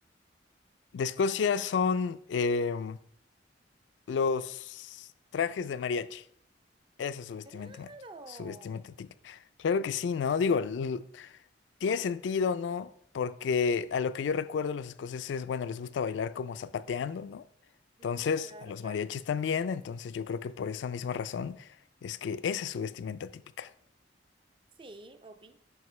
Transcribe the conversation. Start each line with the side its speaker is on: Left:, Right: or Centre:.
Left: de Escocia son em, los trajes de mariachi. Eso es su vestimenta
Right: ¡Claro!
Left: Mike, subestimate a ti. Claro que sí, ¿no? Digo, l- tiene sentido, ¿no? Porque a lo que yo recuerdo, los escoceses, bueno, les gusta bailar como zapateando, ¿no? Entonces,
Right: Mm, claro,
Left: a los
Right: claro.
Left: mariachis también, entonces yo creo que por esa misma razón es que esa es su vestimenta típica.
Right: Sí, obvi.